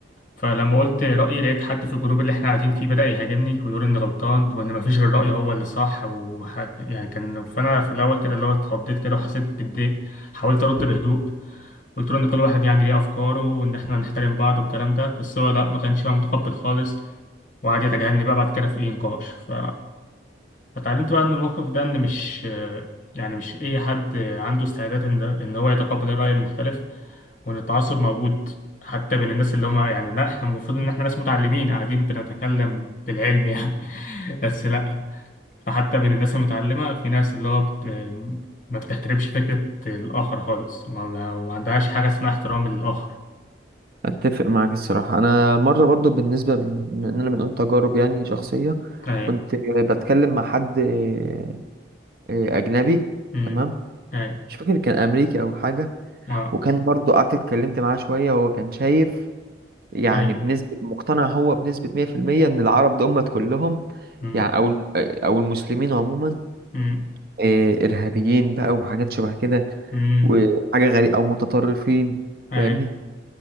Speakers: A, on the left; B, on the right.
A: فلما قلت رأيي لقيت حد في الجروب اللي احنا قاعدين فيه بدأ يهاجمني ويقول إني غلطان وإن مفيش غير رأيي هو اللي صح وح... يعني كان فأنا في الأول كده اللي هو اتخضيت كده وحسيت بالضيق حاولت أرد بهدوء قلت له إن كل واحد يعني ليه أفكاره وإن احنا نحترم بعض والكلام ده بس هو لأ ما كانش بقى متقبل خالص وقعد يتجاهلني بقى بعد كده في أي نقاش ف فتعلمت بقى من الموقف ده ان مش يعني مش اي حد عنده استعداد ان ان هو يتقبل الرأي المختلف وان التعصب موجود حتى بين الناس اللي هم يعني لا احنا المفروض ان احنا ناس متعلمين قاعدين بنتكلم بالعلم يعني <laughs> بس لا فحتى بين الناس المتعلمة في ناس اللي هو بت... ما بتحترمش فكرة الآخر خالص وما, وما عندهاش حاجة اسمها احترام للآخر
B: اتفق معاك الصراحه انا مره برضو بالنسبه من من اننا بنقول تجارب يعني شخصيه
A: أي
B: كنت بتكلم مع حد آه، آه، اجنبي
A: أمم.
B: تمام
A: أي
B: مش فاكر كان امريكي او حاجه
A: أه
B: وكان برضو قعدت اتكلمت معاه شويه وهو كان شايف يعني
A: أي
B: بنسبه مقتنع هو بنسبه 100% ان العرب دول كلهم
A: أمم.
B: يعني او او المسلمين عموما
A: أمم.
B: آه، ارهابيين بقى وحاجات شبه كده
A: أمم.
B: وحاجه غريبه او متطرفين
A: أي
B: فاهمني